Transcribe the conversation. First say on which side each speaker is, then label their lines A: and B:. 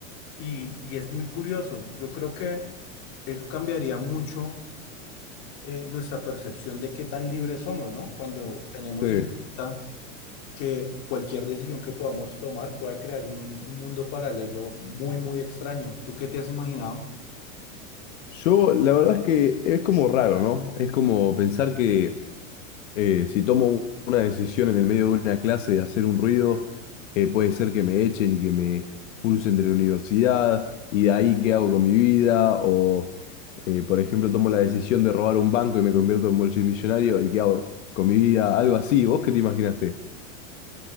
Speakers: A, on the left; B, on the left.
A: y, y es muy curioso. Yo creo que eso cambiaría mucho eh, nuestra percepción de qué tan libres somos, ¿no? Cuando tenemos
B: Sí.
A: en cuenta que cualquier decisión que podamos tomar puede crear un, un mundo paralelo muy, muy extraño. ¿Tú qué te has imaginado?
B: Yo, la verdad es que es como raro, ¿no? Es como pensar que Eh, si tomo una decisión en el medio de una clase de hacer un ruido, eh, puede ser que me echen y que me expulsen de la universidad, y de ahí qué hago con mi vida, o eh, por ejemplo tomo la decisión de robar un banco y me convierto en multimillonario, y qué hago con mi vida, algo así, ¿vos qué te imaginaste?